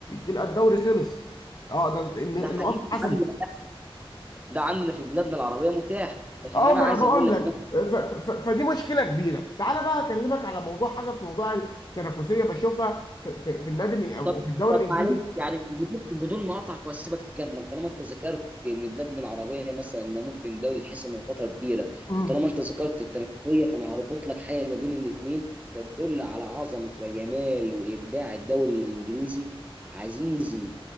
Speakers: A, on the left; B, on the right.
A: تلقى الدوري خلص اه ده ان
B: ده
A: ان
B: حقيقي
A: قصدي اتحسمت
B: عندي ده عندنا في بلادنا العربيه متاح لكن
A: اه
B: انا
A: ما
B: عايز
A: انا بقول
B: اقول لك
A: لك ف- ف- ف- فدي مشكله كبيره تعالى بقى اكلمك على موضوع حاجه في موضوع التنافسيه بشوفها في, في, في النادي الإن-
B: طب
A: او في الدوري
B: طب
A: الانجليزي
B: معلش يعني بدون بدون ما اقطعك واسيبك تكمل طالما انت ذكرت ان بلادنا العربيه مثلا إن ممكن الدوري يتحسم من فتره كبيره
A: امم
B: وطالما انت ذكرت التنافسيه فانا هربط لك حاجه ما بين الاثنين تدل على عظمه وجمال وابداع الدوري الانجليزي عزيزي